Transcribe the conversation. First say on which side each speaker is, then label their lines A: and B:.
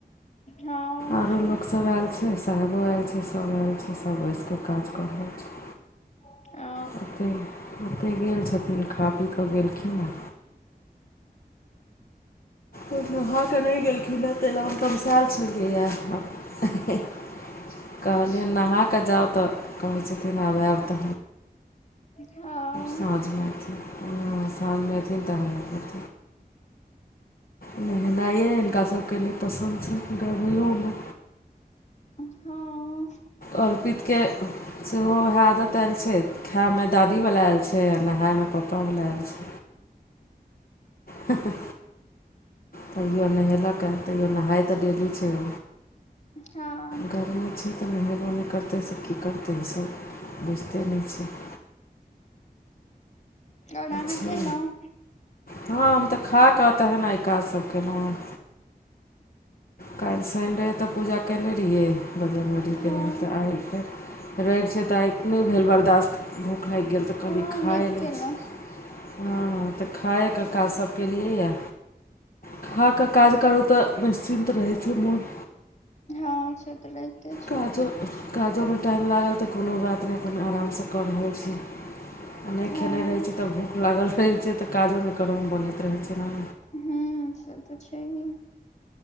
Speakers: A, on the left; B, on the left.
A: हँ
B: आरो
A: से
B: लोकसभ आयल छै साहेबो आयल छै सभ आयल छै सभ बैस कऽ काज कऽ रहल छै
A: ओ
B: ओत ओतय गेल छथिन खा पी कऽ गेलखिन हँ उ नहा कऽ नहि गेलखिन हेँ ताहि लए हम तमसायल छलियैए कहलियैन नहा कऽ जाउ तऽ कहै छथिन आब एब <inaudible>
A: हँ
B: साँझमे <unintelligible> हँ साँझमे एथिन <unintelligible> नहेनाइए हिनका सभके नय पसन्द छैनि गरमियों में
A: हँ
B: अर्पितिके सेहो उएह आदत आयल छै खायमे दादीवला आयल छै आ नहाायमे पपावला आयल छै हँ हँ तैयो नहेलकए तैयो नहाइ तऽ डेली छैय
A: हँ
B: गरमी छै तऽ नेहेबो नै करतै से की करतै ई सब बुझते नै छैय
A: आओर अहाँ
B: छै
A: खेलहुं
B: हँ हम तऽ खा कऽ तहन आइ काज सभ केलहुँ हेँ काल्हि शनि रहय तऽ पूजा कयने रहियै बजरङ्गलीके
A: हँ
B: रहय तऽ आइ कऽ रवि छै तऽ आइ नहि भेल बर्दास्त भूख लागि गेल तऽ
A: हँ
B: कहलियै
A: नीक
B: खाये
A: केलहुँ
B: लै छी हँ तऽ खाायके काज सब केलियैए खा कऽ काज करू तऽ निश्चिन्त रहै छै मोन
A: हँ से तऽ रहिते छैय
B: काजो काजोमे टाइम लागल तऽ कोनो बात नहि अपन आरामसँ कऽ रहल छी नै
A: हँ
B: खेने रहैत छै तऽ भूख लागल रहैत छै तऽ काजो नै करऽमे बनैत रहैत छै नऽ
A: हूँ से तऽ छैहे